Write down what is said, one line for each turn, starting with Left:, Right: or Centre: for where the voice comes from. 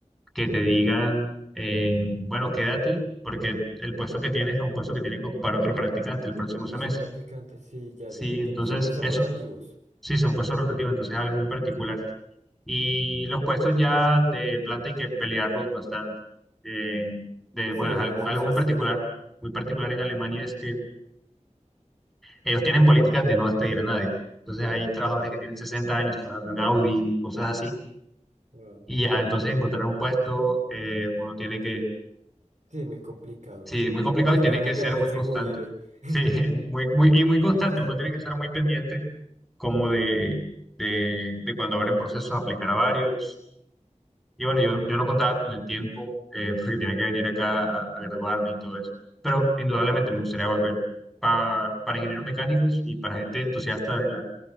Centre: que te digan, eh, bueno, quédate, porque el puesto que tienes es un puesto que tiene que ocupar otro practicante
Right: ah,
Centre: el próximo semestre.
Right: es un practicante, sí, ya,
Centre: Sí,
Right: ya te entendí.
Centre: entonces
Right: Son puestos
Centre: eso
Right: rotativos.
Centre: Sí, son puestos rotativos,
Right: Sí.
Centre: entonces es algo muy particular. Y los puestos ya de planta hay que pelearlos bastante. Eh, de,
Right: Sí,
Centre: bueno,
Right: eso
Centre: es algo, algo
Right: es así.
Centre: muy particular, muy particular en Alemania es que ellos tienen políticas de no despedir a nadie. Entonces hay trabajadores que tienen 60 años trabajando en Audi, cosas así.
Right: Wow.
Centre: Y ya entonces encontrar un puesto, eh, uno tiene que,
Right: Sí, muy complicado.
Centre: sí, muy complicado
Right: Esperar
Centre: y tiene que
Right: a
Centre: ser
Right: que alguien
Centre: muy
Right: se
Centre: constante.
Right: jubile. <laughs>
Centre: Sí, <laughs> muy, muy, y muy constante.
Right: Sí,
Centre: Uno tiene que estar muy pendiente como de, de, de cuando abren procesos, aplicar a varios Y bueno, yo, yo no contaba con el tiempo eh, porque tenía que venir acá a, a graduarme y todo eso. Pero indudablemente me gustaría volver para para, ingenieros mecánicos y para gente entusiasta de, la,